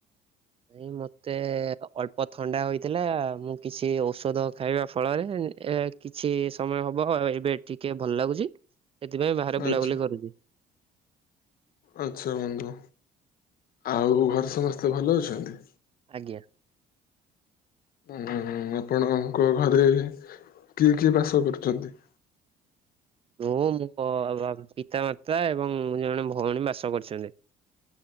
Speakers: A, on the right; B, on the left.
A: ନାଇଁ ମତେ ଅଳ୍ପ ଥଣ୍ଡା ହୋଇଥିଲା ମୁଁ କିଛି ଔଷଧ ଖାଇବା ଫଳରେ ଏ କିଛି ସମୟ ହବ ଏବେ ଟିକେ ଭଲ ଲାଗୁଚି ସେଥିପାଇଁ ବାହାରେ
B: ଆଚ୍ଛା
A: ବୁଲାବୁଲି କରୁଚି।
B: ଆଚ୍ଛା ବନ୍ଧୁ। ଆଉ ଘରେ ସମସ୍ତେ ଭଲ ଅଛନ୍ତି?
A: ଆଜ୍ଞା।
B: ହୁଁ- ହୁଁ- ହୁଁ। ଆପଣଙ୍କ ଘରେ କିଏ କିଏ ବାସ କରୁଚନ୍ତି?
A: ମୁଁ ଏବଂ ପିତା ମାତା ଏବଂ ଜଣେ ଭଉଣୀ ବାସ କରିଛନ୍ତି।